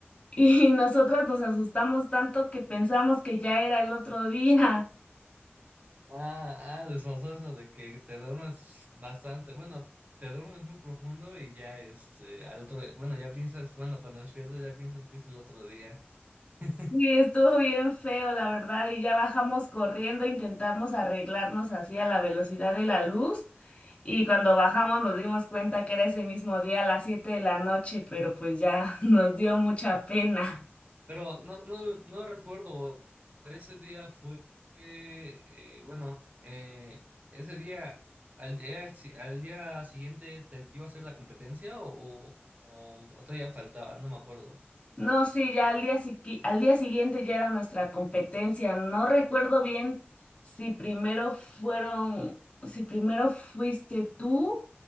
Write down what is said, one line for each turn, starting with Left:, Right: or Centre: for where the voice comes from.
Left: Y <laughs> nosotras nos asustamos tanto que pensamos que ya era el otro día.
Right: Ah, ah, les pasó eso de que te duermes bastante, bueno, te duermes muy profundo y ya, este, al otro, bueno, ya piensas, bueno, cuando despiertas ya piensas que es el otro día. <laughs>
Left: Sí, estuvo bien feo, la verdad, y ya bajamos corriendo, intentamos arreglarnos así a la velocidad de la luz, y cuando bajamos nos dimos cuenta que era ese mismo día a las 7 de la noche, pero pues ya <laughs> nos dio mucha pena.
Right: Pero no, no, no recuerdo, ese día fue, eh, bueno, eh, ese día, al día, al, si- al día siguiente, ¿te iba a hacer la competencia o, o, o todavía faltaba? No me acuerdo.
Left: No, sí, ya al día, siqui- al día siguiente ya era nuestra competencia. No recuerdo bien si primero fueron, si primero fuiste tú,